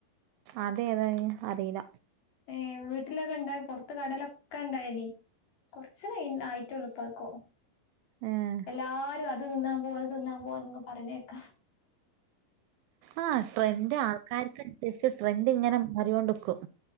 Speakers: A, on the right (about 80°); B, on the left (about 70°).
A: അതേതാ <unintelligible> അറീല.
B: ഏഹ് വീട്ടിലൊക്കെ ഇണ്ടായി പൊർത്ത് കടേലൊക്കെ ഇണ്ടായ്നി കൊറച്ച് ക ആയിട്ടൊള്ളു ഇപ്പായ്ക്കും
A: ഏഹ്
B: എല്ലാരും അത് തിന്നാൻ പോവാ ഇത് തിന്നാൻ പോവാന്ന് പറയണെ കേക്കാം
A: ആഹ ട്രെൻഡ് ആൾക്കാർക്ക് അനുസരിച്ച് ട്രെൻഡ് ഇങ്ങനെ മാറികൊണ്ട്ക്കും